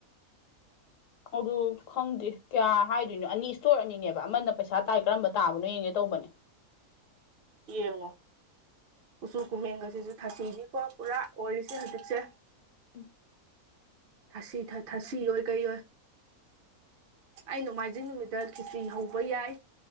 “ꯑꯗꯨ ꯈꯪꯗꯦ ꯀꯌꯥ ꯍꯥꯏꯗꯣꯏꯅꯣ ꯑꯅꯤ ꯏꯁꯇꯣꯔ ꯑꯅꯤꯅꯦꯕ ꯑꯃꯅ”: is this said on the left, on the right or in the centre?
Left